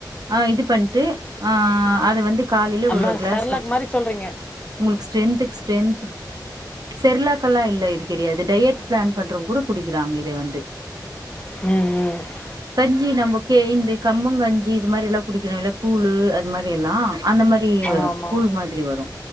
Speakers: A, on the right (about 60°); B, on the left (about 15°).
A: ஆ இது பண்ணிட்டு ஆ அது வந்து காலிலே
B: அதா
A: ஒரு ஒரு கிளஸ்
B: செர்லாக் மாரி சொல்றீங்க
A: உங்குளுக்கு ஸ்ரெந்த்துக்கு ஸ்ரெந்த் செர்லாக்கெல்லா இல்ல இது கெடேயாது டயட் பிளான் பண்றவங் கூட குடிக்கிறாங்க இத வந்து
B: ம் ம்
A: கஞ்சி நமக்கே இந்த கம்பங்கஞ்சி இது மாரிலா குடிக்கிறாங்கல கூழு அது மாரில்லா அந்த மாரி
B: ஆமா
A: வரு
B: ஆமா
A: கூழ் மாதிரி வரு